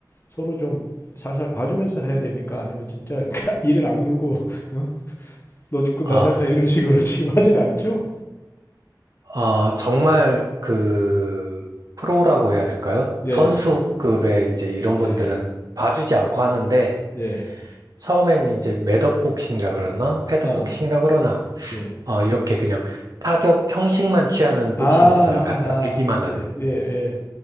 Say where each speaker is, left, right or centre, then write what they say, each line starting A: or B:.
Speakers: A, on the left (about 35°); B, on the right (about 55°).
A: 서로 좀 살살 봐주면서 해야 됩니까? 아니면 진짜 <laughs> 이를 악물고, <laughs> 어? 너 죽고
B: 아,
A: 나 살자 이런 식으로 지금 하진 않죠?
B: 아, 정말 그 프로라고 해야 될까요?
A: 예,
B: 선수급의 이제 이런 분들은
A: 예,
B: 봐주지 않고 하는데
A: 예,
B: 처음엔 이제 매업복싱이라 그러나 패드복싱이라
A: 아,
B: 그러나
A: 예,
B: 어, 이렇게 그냥 타격 형식만 취하는 복싱이
A: 아, 아,
B: 있어요. 갖다 대기만
A: 아, 예,
B: 하는.
A: 예, 예.